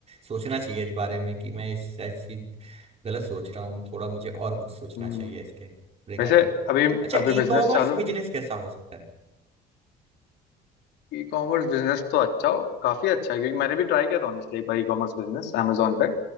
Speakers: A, on the right; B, on the left.
A: सोचना चाहिए इस बारे में कि मैं इस चीज गलत सोच रहा हूँ थोड़ा मुझे और कुछ सोचना
B: हम्म।
A: चाहिए इसके रिगार्डिंग
B: वैसे अभी
A: अच्छा
B: अभी
A: ई
B: बिजनेस
A: कॉमर्स
B: चालू
A: बिजनेस कैसा हो सकता है
B: ई कॉमर्स बिजनेस तो अच्छा हो काफी अच्छा है क्योंकि मैंने भी ट्राई किया था ऑनेस्टली एक बार ई कॉमर्स बिजनेस Amazon पे